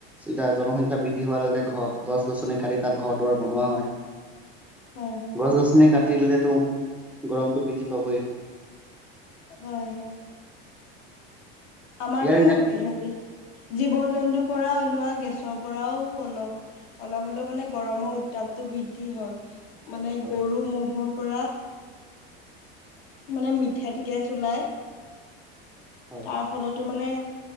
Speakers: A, in the centre; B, on the left.
A: এতিয়া জনসংখ্যা বৃদ্ধি হোৱাৰ লগে ঘ গছ গছনি কাটি তাত ঘৰ দুৱাৰ বনোৱা হয়
B: হয় হয়
A: গছ গছনি কাট দিলেতো গৰমটো বৃদ্ধি পাবই
B: হয় হয় আমাৰতো
A: ইয়াৰ এনে
B: হেৰি জীৱ জন্তু পৰা ওলোৱা গেছৰ পৰাও অলপ অলপ হ'লেও মানে গৰমৰ উত্তাপটো বৃদ্ধি হয় মানে
A: হয়
B: গৰু ম'হৰ পৰা মানে মিঠত গেছ ওলাই
A: হয়
B: তাৰ ফলতো মানে